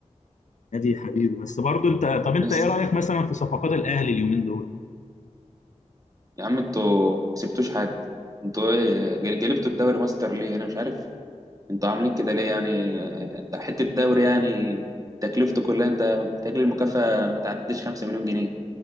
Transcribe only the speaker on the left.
نادي حبيبي بس برضه أنت طب أنت
إيه رأيك مثلا في صفقات الأهلي اليومين دول؟